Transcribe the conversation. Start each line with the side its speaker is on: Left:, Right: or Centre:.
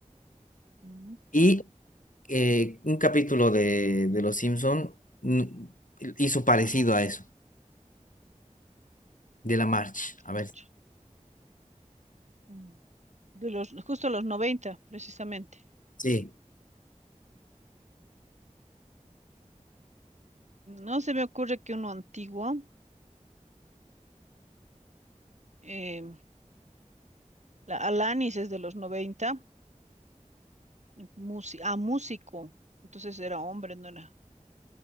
Right: mm,
Left: Y
Right: ta-
Left: eh, un capítulo de, de Los Simpson mm, hizo parecido a eso, de la March. A
Right: ocho,
Left: ver,
Right: mm, De los, justo los 90, precisamente.
Left: sí.
Right: No se me ocurre que uno antiguo, eh, la Alanis es de los 90, músi- ah, músico, entonces era hombre, no era,